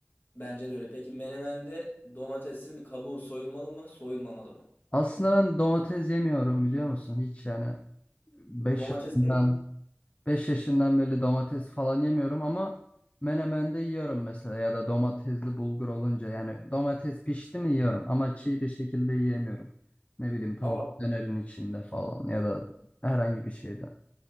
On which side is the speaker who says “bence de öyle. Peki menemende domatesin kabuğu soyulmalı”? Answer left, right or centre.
Left